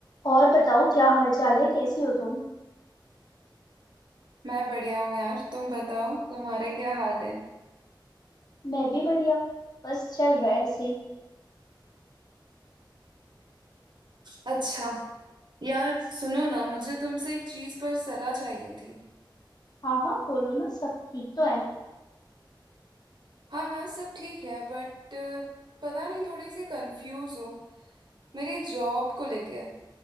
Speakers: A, on the left; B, on the right.
A: और बताओ क्या हाल चाल है कैसी हो तुम
B: मैं बढ़िया हूँ यार तुम बताओ तुम्हारे क्या हाल है
A: मैं भी बढ़िया बस चल रहा है ऐसे ही
B: अच्छा यार सुनो ना मुझे तुमसे एक चीज पर सलाह चाहिए थी
A: हाँ हाँ बोलो ना सब ठीक तो है ना
B: हाँ हाँ सब ठीक है बट पता नहीं थोड़ी सी कंफ्यूज हूँ मेरी जॉब को लेके